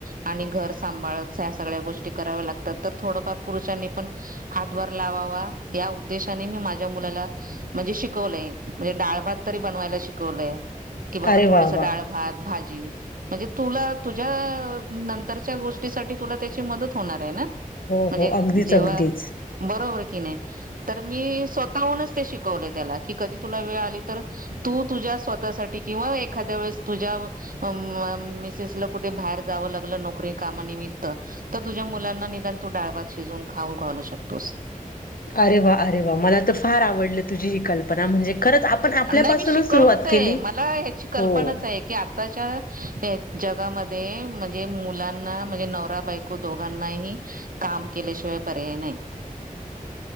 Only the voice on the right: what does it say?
आणि घ सांभाळत या सगळ्या गोष्टी कराव्या, लागतात तर थोडेफार पुरुषांनी पण हातभार लावावा. त्या उद्देशाने मी माझ्या मुलाला म्हणजे, शिकवलयं म्हणजे डाळ भात तरी बनवायला शिकवलंय. की बाबा,
थोडेस
डाळ, भात, भाजी म्हणजे, तुला तुझ्या नंतरच्या गोष्टीसाठी तुला त्याची मदत होणार आहे. ना
म्हणजे,
जेव्हा
बरोबर मी स्वतःहून शिकवल त्याला, की कधी तुला वेळ आली, तर तुझ्या स्वतः किंवा एखाद्या वेळेस तुझ्या मिसेसला कुठे? बाहेर जावं लागलं, नोकरी कामानिमित्त तर तुझ्या मुलांना निदान तू डाळ, भात शिजून खाऊ घालू शकतोस.
नाही मी शिकवलचं
आहे. मला ह्याची कल्पनाच
आहे. की आताच्या जगामध्ये म्हणजे, मुलांना म्हणजे नवरा बायको दोघांनाही काम केल्याशिवाय पर्याय नाही.